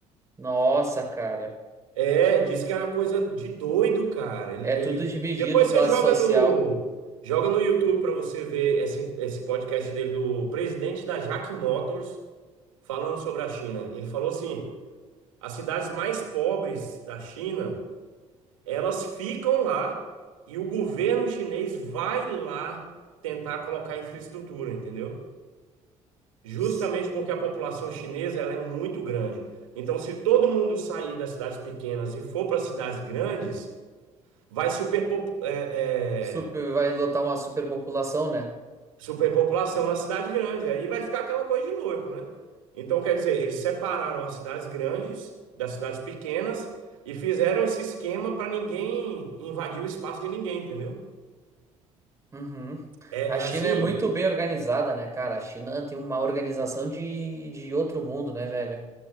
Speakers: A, on the right; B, on the right.
A: Nossa, cara.
B: É, diz que é uma coisa de doido, cara. Ele,
A: É tudo
B: ele...
A: dividido,
B: Depois
A: classe
B: você joga
A: social.
B: no, joga no YouTube para você ver esse, esse podcast dele do presidente da Jack Motors falando sobre a China. Ele falou assim: as cidades mais pobres da China, elas ficam lá e o governo chinês vai lá tentar colocar infraestrutura, entendeu? Justamente
A: S-
B: porque a população chinesa ela é muito grande. Então, se todo mundo sair das cidades pequenas e for para cidades grandes vai superpo- é,
A: Super,
B: é,
A: vai lotar uma superpopulação, né?
B: superpopulação na cidade grande. Aí vai ficar aquela coisa de louco, né? Então, quer dizer, eles separaram as cidades grandes das cidades pequenas e fizeram esse esquema para ninguém invadir o espaço de ninguém, entendeu?
A: Uhum.
B: É,
A: A China
B: é assim,
A: é muito bem organizada, né, cara? A China tem uma organização de, de outro mundo, né, velho?